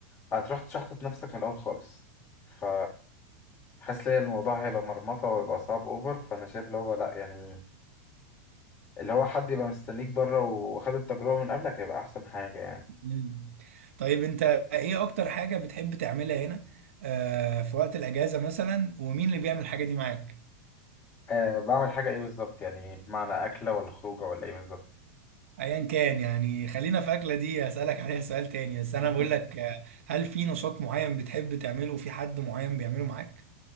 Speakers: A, on the left; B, on the right.
A: هتروح تشحطط نفسك من الأول خالص ف حاسس ليا الموضوع هيبقى مرمطة ويبقى صعب أوفر فأنا شايف اللي هو لأ يعني اللي هو حد يبقى مستنيك بره وخد التجربة من قبلك هيبقى أحسن حاجة يعني
B: مم. طيب انت ايه اكتر حاجة بتحب تعملها هنا آه في وقت الاجازة مثلا ومين اللي بيعمل الحاجة دي معاك
A: أه بعمل حاجة إيه بالظبط يعني بمعنى أكلة ولا خروجة ولا إيه بالظبط
B: ايا كان يعني خلينا في اكلة دي هسألك عليها سؤال تاني بس انا
A: <laughs>
B: بقول لك آه، هل في نشاط معين بتحب تعمله وفي حد معين بيعمله معاك